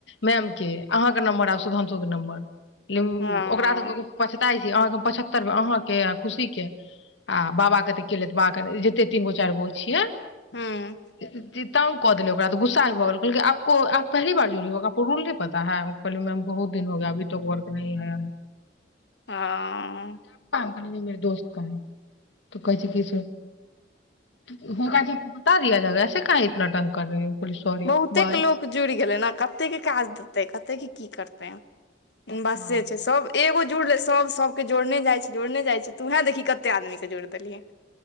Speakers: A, on the left; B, on the left.
A: मैम के आहां के नम्बर आ सुधांशु के नम्बर ल्म्
B: हँ
A: ओकरा तऽ पछताई छी अहाँके हम पचहत्तर बेर अहाँके आ खुशी के आ बाबा केतऽ केलथि बाबा के जते तीन गो चारि गो छियैइ
B: हूँ
A: तंग कऽ देलै ओकराऽ त गुस्सा भऽ गेलै आपको आप पहली बार जूड़ी हो आपको रूल नही पता है बहुत दिन होगा अभी तक वर्क नहीं है
B: हँअ्
A: कह दोस्त कहै त कहै छै किस <unintelligible> कर दिया जाएगा ऐसे काहे इतना तंग कर रही हो कहलियै सॉरी
B: बहुते
A: बाय
B: लोक जुड़ि गेलै न कतेकके काज देतै कतेके की करतै बासे
A: हँ
B: छैइ सब एगो जुड़लई सब सबके जोड़ने जाइ छैइ जोड़ने जाइ छैइ तूहें देखही कते आदमी के जोड़ देलहि